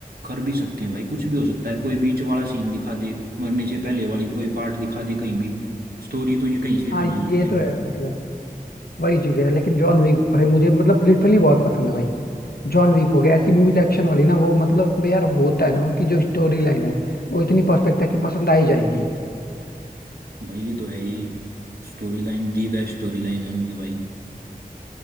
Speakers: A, on the right (about 80°); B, on the left (about 80°).
A: कर भी सकते हैं भाई कुछ भी हो सकता है कोई बीच वाला सीन दिखा दे मरने से पहले वाली कोई पार्ट दिखा दे कहीं भी स्टोरी तो ये कहीं से ही
B: हाँ ये
A: बना लेते
B: तो
A: हैं भाई
B: है मतलब वही चीज है लेकिन जॉन विक भाई मुझे मतलब लिटरली बहुत पसंद है भाई जॉन वीक हो गया ऐसी मूवीज एक्शन वाली ना वो मतलब यार होता है ना उनकी जो स्टोरी लाइन है वो इतनी परफेक्ट है कि पसंद आ ही जाएगी
A: भाई ये तो है ही story line the best story line है उनकी भाई